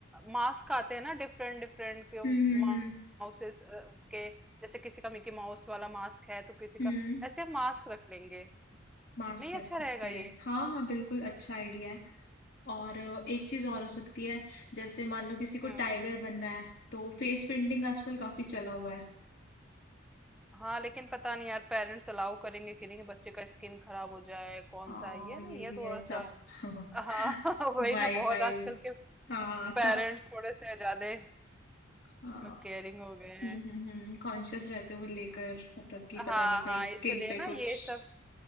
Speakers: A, in the centre; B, on the left.
A: मास्क आते हैं ना डिफरेंट डिफरेंट के
B: हम्म हम्म
A: माउसेस
B: हम्म
A: के जैसे किसी का मिकी माउस वाला मास्क है तो किसी
B: हम्म
A: का ऐसे हम मास्क रख लेंगे
B: मास्क
A: नहीं
B: रख
A: अच्छा
B: सकते
A: रहेगा
B: हैं
A: ये
B: हाँ हाँ बिल्कुल अच्छा आइडिया है और अ, एक चीज और हो सकती है जैसे मान लो किसी को
A: हम्म
B: टाइगर बनना है तो फेस पेंटिंग आजकल काफी चला हुआ है
A: हाँ लेकिन पता नहीं यार पेरेंट्स अलाउ करेंगे कि नहीं बच्चे का स्किन खराब हो जाए कौन
B: आ,
A: सा है ये ना
B: ये भी
A: ये थोड़ा
B: है सब
A: सा
B: <laughs>
A: हाँ <laughs> वही
B: वाई
A: ना बहुत
B: वाई
A: आजकल के
B: हाँ सब
A: पेरेंट्स थोड़े से ज्यादा
B: हाँ
A: केयरिंग हो गए
B: हम्म
A: हैं
B: हम्म हम्म कॉन्शियस रहते हुए लेकर मतलब कि
A: हाँ
B: पता नहीं कहीं
A: हाँ इसलिए
B: स्किन पे
A: ना
B: कुछ
A: ये सब